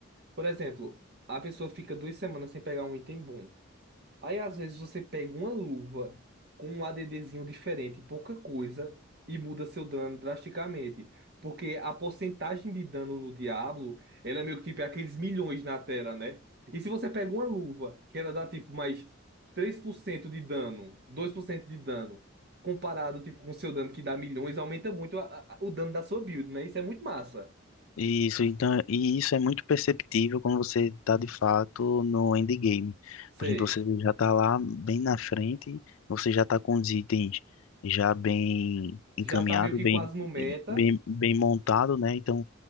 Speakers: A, on the right; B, on the left.
A: por exemplo, a pessoa fica duas semanas sem pegar um item bom. Aí às vezes você pega uma luva com um ADDzinho diferente, pouca coisa, e muda seu dano drasticamente. Porque a porcentagem de dano no Diablo, ela é meio que tipo é aqueles milhões na tela, né? E se você pega uma luva, que ela dá tipo mais 3% de dano, 2% de dano, comparado tipo com seu dano que dá milhões, aumenta muito a- a- o dano da sua build, né? Isso é muito massa.
B: isso, então, e isso é muito perceptível quando você está de fato no endgame.
A: Sei,
B: Por exemplo, você já está lá bem na frente, você já está com os itens já bem encaminhado,
A: já tá meio que
B: bem,
A: quase no meta.
B: bem, bem montado, né? Então